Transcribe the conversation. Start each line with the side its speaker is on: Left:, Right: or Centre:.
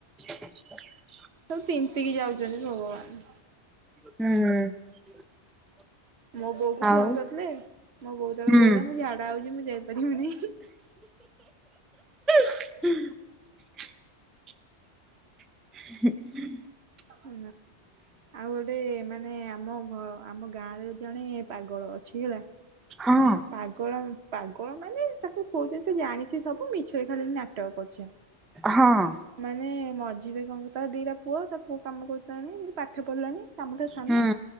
Centre: <inaudible>
Right: ସବୁ ତିନ୍ତିକି ଯାଉଛନ୍ତି ଭଗବାନ
Centre: ହୁଁ
Right: ମୋ ବୋଉ କୁ
Centre: ଆଉ
Right: ଫୋନ କରିଥିଲେ ମୋ ବୋଉ ତାର
Centre: ହୁଁ
Right: କହିଲା ମୁଁ ଝାଡା ହଉଛି ମୁଁ ଯାଇପାରିବିନି
Centre: ହୁଁ ହ <unintelligible>
Right: ହୁ ଆଉ ଗୋଟେ ମାନେ ଆମ ଘ ଆମ ଗାଁରେ ଜଣେ ପାଗଳ ଅଛି ହେଲା
Centre: ହଁ
Right: ପାଗଳ ପାଗଳ ମାନେ ତାକୁ କହୁଛନ୍ତି ସେ ଜାଣିଛ ସବୁ ମିଛରେ ଖାଲି ନାଟକ କରୁଛି।
Centre: ହଁ
Right: ମାନେ ମଝିରେ କଣ କରୁ ତା ଦିଟା ପୁଅ ତା ପୁଅ କାମ କରୁଲାଣି ପାଠ ପଢିଲାଣି ଆମ ଠାରୁ ସାନ
Centre: ହୁଁ